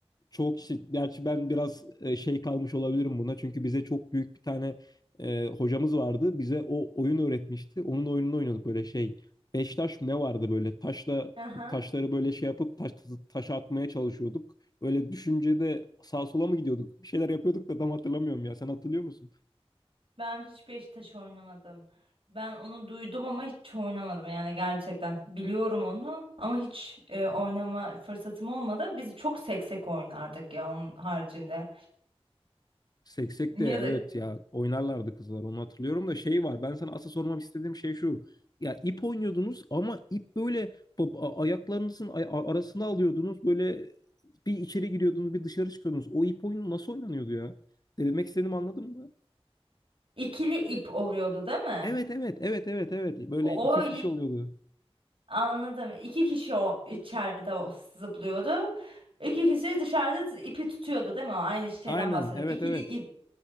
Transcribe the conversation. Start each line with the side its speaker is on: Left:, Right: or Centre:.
Left: çoğu kişi gerçi ben biraz e, şey kalmış olabilirim buna. Çünkü bize çok büyük bir tane e, hocamız vardı. Bize o oyun öğretmişti. Onun oyununu oynuyorduk böyle şey. Beş taş mı ne vardı böyle? Taşla
Right: Aha.
Left: taşları böyle şey yapıp taş, taşa atmaya çalışıyorduk. Öyle düşüncede sağa sola mı gidiyorduk? Bir şeyler yapıyorduk da tam hatırlamıyorum ya. Sen hatırlıyor musun?
Right: Ben hiç Beşiktaş oynamadım. Ben onu duydum ama hiç oynamadım yani gerçekten. Biliyorum onu ama hiç e, oynama fırsatım olmadı. Biz çok seksek oynardık ya onun haricinde.
Left: Seksek
Right: Ya
Left: de
Right: da
Left: evet ya oynarlardı kızlar onu hatırlıyorum da şey var ben sana asıl sormak istediğim şey şu ya ip oynuyordunuz ama ip böyle bu- a- ayaklarınızın ay- a- arasına alıyordunuz böyle bir içeri giriyordunuz bir dışarı çıkıyordunuz o ip oyunu nasıl oynanıyordu ya demek istediğimi anladın mı?
Right: ikili ip oluyordu değil mi?
Left: Evet evet evet evet evet böyle
Right: O
Left: iki üç kişi oluyordu
Right: Anladım. İki kişi o içeride o zıplıyordu. İki kişi dışarıda z- ipi tutuyordu değil mi? Aynı şeyden
Left: aynen
Right: bahsediyorum.
Left: evet
Right: İkili
Left: evet
Right: ip.